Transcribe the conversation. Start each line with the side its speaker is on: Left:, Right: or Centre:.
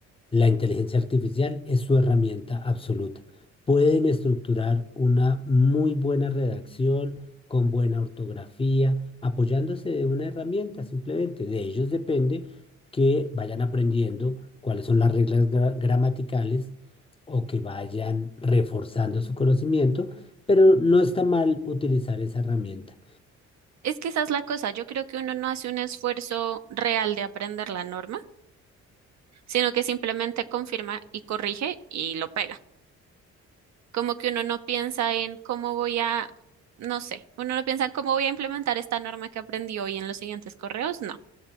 Left: la inteligencia artificial es su herramienta absoluta. Pueden estructurar una muy buena redacción con buena ortografía, apoyándose de una herramienta simplemente. De ellos depende que vayan aprendiendo cuáles son las reglas gra- gramaticales o que vayan reforzando su conocimiento, pero no está mal utilizar esa herramienta.
Right: Es que esa es la cosa. Yo creo que uno no hace un esfuerzo real de aprender la norma, sino que simplemente confirma y corrige y lo pega. Como que uno no piensa en cómo voy a, no sé, uno no piensa en cómo voy a implementar esta norma que aprendí hoy en los siguientes correos, no.